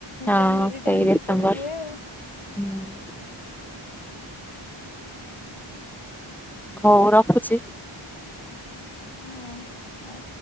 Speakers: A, in the centre; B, on the left (about 80°).
A: ହଁ
B: ଜାନୁଆରୀ
A: ସେଇ
B: ଟାଇମ
A: ଡିସେମ୍ବର।
B: କି ସବୁ ହୁଏ ଆଉ।
A: ହୁଁ ହଉ ରଖୁଛି।
B: ହଁ ହଉ